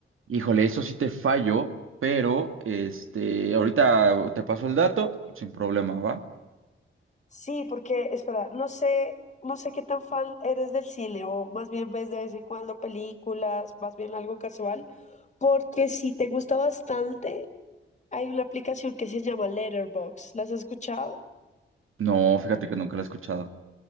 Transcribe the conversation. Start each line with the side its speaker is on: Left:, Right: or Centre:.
Right: híjole, eso sí te fallo, pero este, ahorita te paso el dato sin problema, ¿va?
Left: Sí, porque, espera, no sé, no sé qué tan fan eres del cine, o más bien ves de vez en cuando películas, más bien algo casual, porque si te gusta bastante, hay una aplicación que se llama Letterboxd. ¿Las has escuchado?
Right: No, fíjate que nunca lo he escuchado.